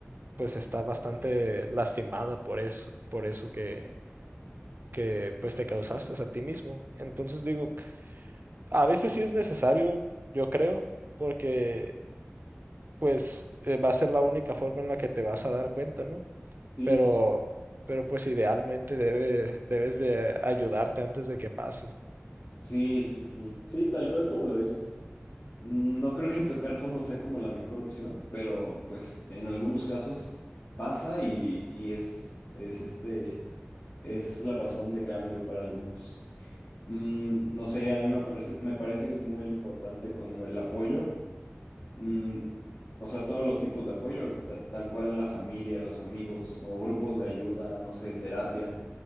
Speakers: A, on the right (about 50°); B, on the left (about 65°).
A: pues está bastante lastimada por eso, por eso que, que pues te causaste a ti mismo. Entonces digo, a veces sí es necesario, yo creo, porque pues eh, va a ser la única forma en la que te vas a dar cuenta, ¿no?
B: sí,
A: pero, pero pues idealmente debe- debes de ayudarte antes de que pase.
B: Sí, sí, sí. Sí, tal cual como lo dices. No creo que tocar fondo sea como la mejor opción, pero pues en algunos casos pasa y, y es, es este, es la razón de cambio para algunos. Mm, no sé, a mí me parece, me parece muy importante como el apoyo, mm, o sea, todos los tipos de apoyo, ta- tal cual la familia, los amigos o grupos de ayuda, no sé, terapia.